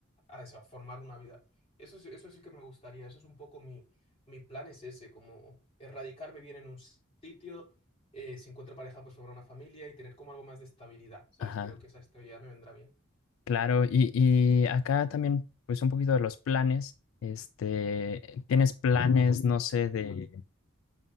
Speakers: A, on the left; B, on the left.
A: a eso, formar una vida. Eso, sí- eso sí que me gustaría, eso es un poco mi, mi plan, es ese, como erradicarme bien en un s- sitio, eh, si encuentro pareja, pues formar una familia y tener como algo más de estabilidad, ¿sabes?
B: ajá,
A: Creo que esa estabilidad me vendrá bien.
B: claro. Y, y acá también, pues un poquito de los planes, este, ¿tienes planes, no sé, de